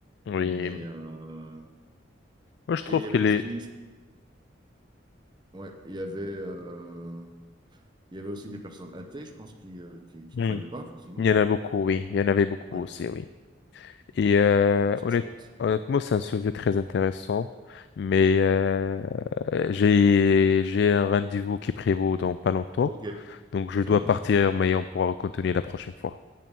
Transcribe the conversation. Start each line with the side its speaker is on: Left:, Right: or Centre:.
Left: Oui,
Right: Mais. euh,
Left: Moi, je trouve
Right: et il y
Left: que
Right: avait
Left: les...
Right: aussi Ouais, il y avait, euh, il y avait aussi des personnes athées, je pense, qui euh, qui, qui
Left: Mm.
Right: croyaient pas forcément.
Left: Il y en a beaucoup, oui. Il y en avait beaucoup
Right: Ouais,
Left: aussi, oui. Et euh,
Right: bon, c'est
Left: honnête-
Right: chouette.
Left: honnêtement, c'est un sujet très intéressant, mais euh, j'ai j'ai un rendez-vous qui prévaut dans pas longtemps,
Right: Ok,
Left: donc je
Right: ça
Left: dois
Right: marche.
Left: partir, mais on pourra continuer la prochaine fois.